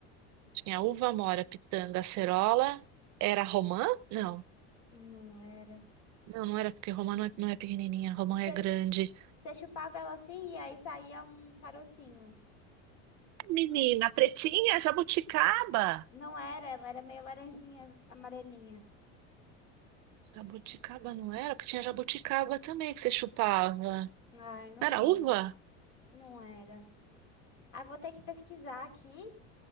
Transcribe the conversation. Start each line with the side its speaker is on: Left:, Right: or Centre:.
Right: tinha uva, amora, pitanga, acerola. Era romã? Não.
Left: não era.
Right: Não, não era, porque romã não é, não é pequenininha, romã
Left: Você
Right: é grande.
Left: chupava ela assim e aí saía um carocinho.
Right: Menina, pretinha, jabuticaba.
Left: Não era, ela era meio laranjinha, amarelinha.
Right: Jabuticaba não era? Porque tinha jabuticaba também que você chupava.
Left: Ai, não
Right: Não era
Left: vou.
Right: uva?
Left: Não era. Ah, vou ter que pesquisar aqui.